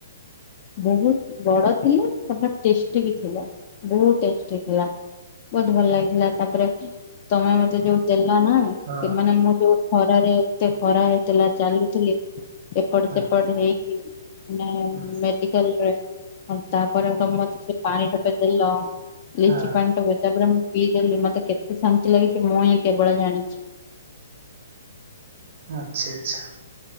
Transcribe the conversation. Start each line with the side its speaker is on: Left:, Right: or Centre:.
Left: ବହୁତ ବଡ ଥିଲା ଟେଷ୍ଟି ବି ଥିଲା ବହୁଟେଷ୍ଟ୍ ଥିଲା। ବହୁତ ଭଲ ଲାଗିଥିଲା ତାପରେ ତମେ ମତେ ଯୋଉ ଦେଲା ନା
Right: ହଁ
Left: କି ମାନେ ମୁଁ ଯୋଉ ଖରାରେ ଏତେ ଖରା ହେଇଥିଲା ଚାଲୁଥିଲି ଏପଟ
Right: ହଁ
Left: ସେପଟ ହେଇକି ନାମେ
Right: ହଁ
Left: ମେଡିକାଲ୍ ରେ ତାପରେ ତମେ ମତେ ସେ ପାଣି ଟୋପେ ଦେଲ ଲିଚି
Right: ହଁ
Left: ପାଣି ଟୋପେ ତାପରେ ମୁଁ ପିଇ ଦେଲି ମତେ କେତେ ଶାନ୍ତି ଲାଗିଛି ମୁଁ ହିଁ କେବଳ ଜାଣିଛି।
Right: ଆଚଛା ଆଚଛା।